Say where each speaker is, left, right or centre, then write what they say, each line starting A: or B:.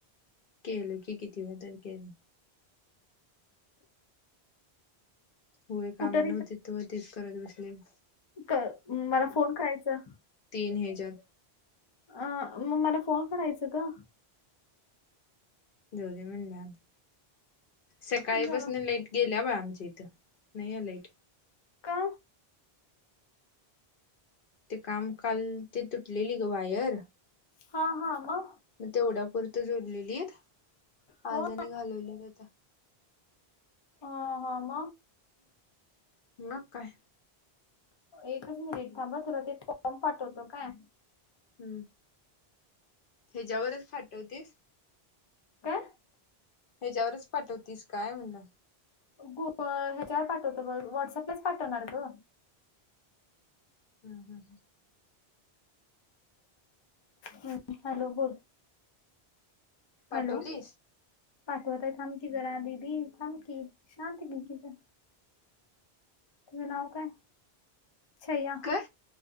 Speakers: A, on the left; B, on the left.
A: केलो की किती वेळा तर केले होय काम
B: कुठं
A: नव्हती तेव्हा तेच करत विसलेल
B: का मला फोन करायचा
A: तीन ह्याच्यात
B: अ मग मला फोन करायचं का
A: द म्हण सकाळीपसून
B: जा-
A: लाईट गेल्या बा आमच्या इथं नाही आहेलाईट
B: का
A: ते काम काल ते तुटलेली ग वायर
B: हा हा आ म
A: मग तेवढा पुुरत जोडलेली आहेत
B: हो
A: आजाने घालवल्यात आता
B: ह हम
A: मग काय
B: एकच मिनिट थांब तुला ते फॉर्म पाठवतो काय
A: हम्म ह्याच्यावरच पाठवतेस
B: काय
A: ह्याच्यावरच पाठवतीस काय म्हणलं
B: गुग ह्याच्यावर पाठवतो बघ व्हॉट्सअपलाच पाठवणार ग
A: हा हा
B: हम्म हॅलो बोल
A: पाठवलीस
B: हॅलो पाठवतय थांबकी जरा दीदी थांमकी शांत घे कि ज तुझं नाव काय छया
A: काय